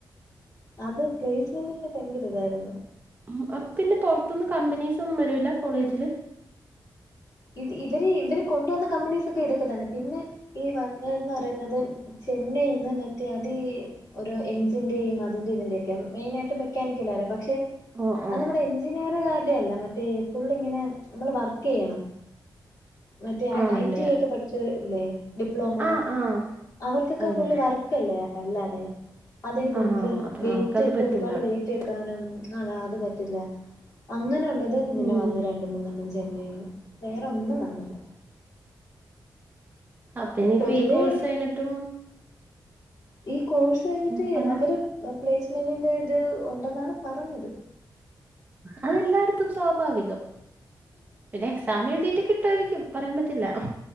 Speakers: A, on the left; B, on the right.
A: അത് പ്ലേസ്മെന്റിന്റെ ഭയങ്കര ഇതായിരുന്നു
B: ഉം അപ്പോ പിന്നെ പൊറത്ന് കമ്പനീസൊന്നും വരൂല കോളേജില്
A: ഇത് ഇവര് ഇവര് കൊണ്ടുവന്ന കമ്പനീസ് ഒക്കെ ഇതൊക്കെ തന്നെ പിന്നെ ഈ വഞ്ഞന്ന് പറയ്ന്നത് ചെന്നൈന്ന് മറ്റേ അതി ഒരോ എഞ്ചിന്റെയും അതിന്റെ ഇതിന്റെ ഒക്കെ മെയിനായിട്ട് മെക്കാനിക്കലരെ പക്ഷെ
B: ഓ
A: അത്
B: ഓ
A: നമ്മുടെ എഞ്ചിനീയർകാരുടെ അല്ല മറ്റേ ഫുള്ളിങ്ങനെ നമ്മള് വർക്കെയ്യണം മറ്റേ
B: ആണല്ലേ
A: ഐ ടി ഐ ഒക്കെ പഠിചോർല്ലേ ഡിപ്ലോമ
B: ആഹ് ആഹ്
A: അവർക്കൊക്കെ
B: അതെ
A: ഫുള് വർക് ക്കല്ലേ അല്ലാതെ അതെ പൊൻക്ക്
B: ആഹ് അപ്പൊ
A: വെയ്റ്റ്
B: നമുക്കത്
A: ഒക്കെ
B: പറ്റില്ല
A: ഒരുപാട് വെയ്റ്റ് ക്കാനും അത അത് പറ്റില്ല അങ്ങനെയുള്ളത് പിന്നെ
B: ഉം
A: വന്ന് രണ്ട് മൂന്നെണ്ണം ചെയ ചെന്നൈയിന്ന് വേറെ ഒന്നും വന്നില്ല
B: അപ്പൊ ഇനിപ്പോ
A: പൊതുവേ
B: ഈ കോഴ്സ് കഴിഞ്ഞിട്ടും
A: ഈ കോഴ്സ് കഴിഞ്ഞിട്ട്
B: ഉം പറഞ്ഞോ
A: അവര് പ്ലേസ്മെന്റിന്റെ ഇത് ഉണ്ടെന്നാണ് പറഞ്ഞത്
B: അതെല്ലായിടത്തും സ്വാഭാവികം പിന്നെ ക്സാ എഴുതിട്ട് കിട്ടുവായിരിക്കും പറയാൻ പറ്റില്ല